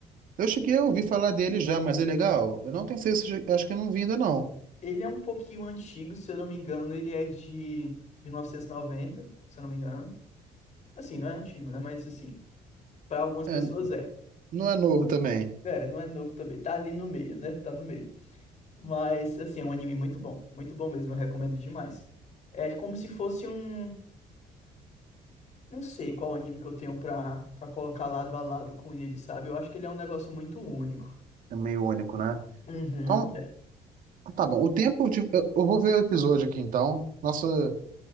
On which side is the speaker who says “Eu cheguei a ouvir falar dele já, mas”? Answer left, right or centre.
Right